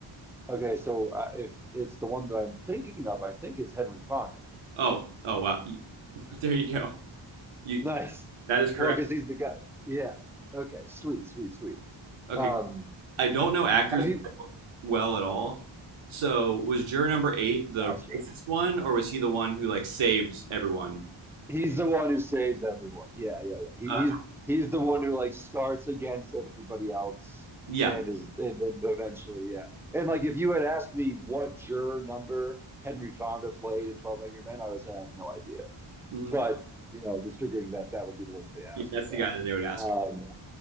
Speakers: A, in the centre; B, on the right.
A: Okay, so uh, if it's the one that I'm thinking of, I think it's Henry Fonda. <laughs>
B: Oh, oh wow, <laughs> there you go. You
A: Nice.
B: that is correct.
A: Well, because he's the guy. Yeah. Okay. Sweet. Sweet. Sweet.
B: Okay,
A: Um,
B: I don't know actors
A: have you?
B: well at all. So was juror number eight the
A: Gotcha.
B: racist one, or was he the one who like saved everyone?
A: He's the one who saves everyone. Yeah, yeah, yeah. He,
B: Uh,
A: he's he's the one who like starts against everybody else
B: yeah.
A: and is and then eventually, yeah. And like if you had asked me what juror number Henry Fonda played in Twelve Angry Men, I would say I have no idea.
B: hmm
A: But you know, just figuring that that would be the one they asked
B: yeah, that's
A: about.
B: the guy that they would ask.
A: Um,